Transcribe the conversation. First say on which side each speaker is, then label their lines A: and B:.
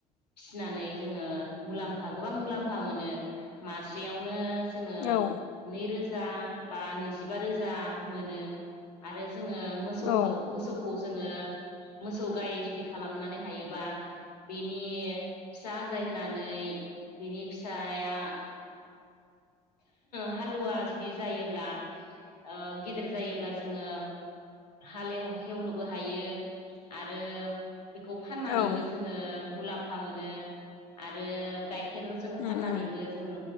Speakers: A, on the left (about 80°); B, on the left (about 60°).
A: फिसिनानै जोङो मुलाम्फा गोबां मुलाम्फा मोनो मासेयावनो जोङो
B: औ
A: नैरोजा बा नैजिबा रोजा मोनो आरो जोङो मो दौहौ
B: औ
A: मोसौखौ जोङो मोसौ गाय जुदि खालामनानै हायोबा बिनि फिसा आजाय होनानै बिनि फिसाया हालुवा जुदि जायोब्ला ओ गेदेर जायोब्ला जोङो हालेव हेवनोबो हायो आरो बेखौ फाननानैबो
B: औ
A: जों ओ मुलाम्फा मोनो आरो गाइखेर जोङो
B: उम
A: फाननानैबो
B: उम
A: जों